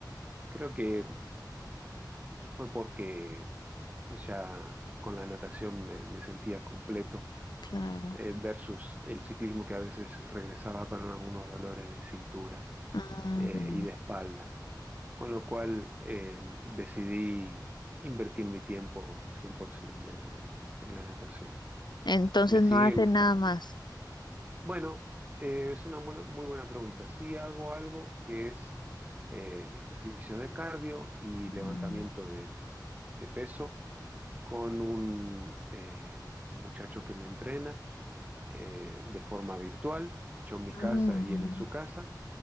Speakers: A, on the right; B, on the left.
A: Creo que fue porque ya con la natación me, me sentía completo
B: Claro.
A: eh, versus el ciclismo que a veces regresaba con algunos dolores de cintura
B: Ujú.
A: eh, y de espalda. Con lo cual eh, decidí invertir mi tiempo 100% en, el- en la natación.
B: Entonces
A: Me sigue
B: no hace
A: gustando.
B: nada más.
A: Bueno, eh, es una buena- muy buena pregunta. Sí hago algo que es eh, ejercicios de cardio y levantamiento
B: Mm,
A: de de peso con un eh, muchacho que me entrena eh, de forma virtual, yo en mi
B: mm,
A: casa y él en su casa,